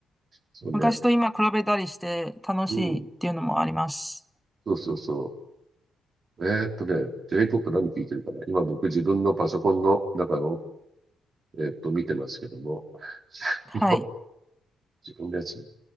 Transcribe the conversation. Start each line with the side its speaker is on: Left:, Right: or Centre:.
Right: すよね。
Centre: 昔と今比べたりして楽しいっていうのもあります。
Right: うん。そうそうそう。えーっとね、J-POP 何聞いてるかな今僕自分のパソコンの中を、えーっと、見てますけども。
Centre: はい。
Right: <laughs> 自分のやつね。